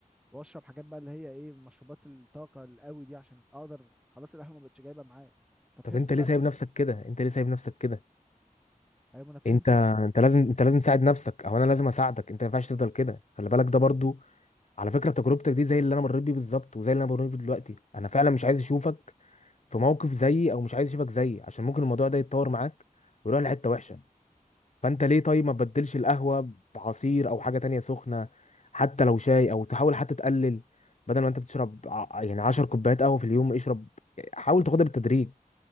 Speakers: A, in the centre; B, on the left.
A: واشرب حاجات بقى اللي هي ايه مشروبات الطاقه القوي دي عشان اقدر خلاص القهوه ما بقتش جايبه معايا ففهمت
B: طب انت
A: بقى
B: ليه سايب نفسك كده انت ليه سايب نفسك كده
A: ايوه انا فهمت
B: انت
A: بقى
B: انت لازم انت لازم تساعد نفسك او انا لازم اساعدك انت ما ينفعش تفضل كده خلي بالك ده برضو على فكره تجربتك دي زي اللي انا مريت بيه بالظبط وزي اللي انا مريت بيه دلوقتي انا فعلا مش عايز اشوفك في موقف زيي او مش عايز يشوفك زيي عشان ممكن الموضوع ده يتطور معاك ويروح لحته وحشه فانت ليه طيب ما تبدلش القهوه بعصير او حاجه تانية سخنه حتى لو شاي او تحاول حتى تقلل بدل ما انت بتشرب ع- يعني 10 كوبايات قهوه في اليوم اشرب حاول تاخدها بالتدريج